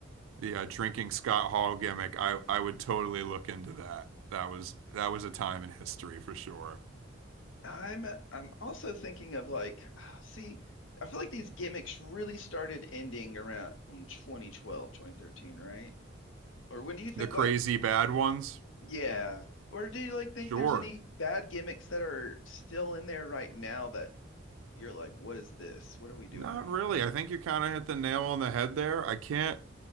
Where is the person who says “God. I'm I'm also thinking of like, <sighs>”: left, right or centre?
Left